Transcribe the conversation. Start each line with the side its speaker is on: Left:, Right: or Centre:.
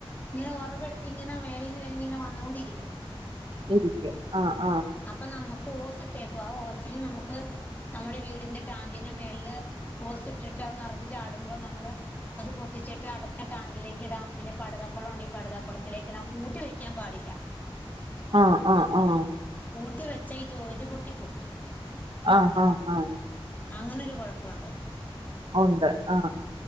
Left: ഇങ്ങനെ ഉറവടുത്തിങ്ങന മേളിൽ മേളീന്ന്ങ്ങനെ വന്നോണ്ടിരിക്കും
Right: ഇരിക്കും ആഹ് ആഹ്
Left: അപ്പൊ നമുക്ക് ഓസ് ഇട്ടേക്കുവാ ആ ഓസില് നമുക്ക് നമ്മുടെ വീടിന്റെ ടാങ്കിന്റെ മേള്ല് ഓസ് ഇട്ടിട്ട് നിറഞ്ഞ് ചാടുമ്പോ നമ്മള് അത് പൊട്ടിച്ചിട്ട് അടുത്ത ടാങ്കിലേക്ക് ഇടാം പിന്നെ പടതക്കുളംണ്ട് ഈ പടുത കുളത്തിലേക്കിടാം പൂട്ടി വെക്കാൻ പാടില്ല
Right: ആഹ് ആഹ് ആഹ്
Left: പൂട്ടി വെച്ച ഈ ജോയിന്റ് പൊട്ടി പോ
Right: ആഹ് ആഹ് ആഹ്
Left: അങ്ങനെൊരു കൊഴപ്പുണ്ട്
Right: ഉണ്ട് ആ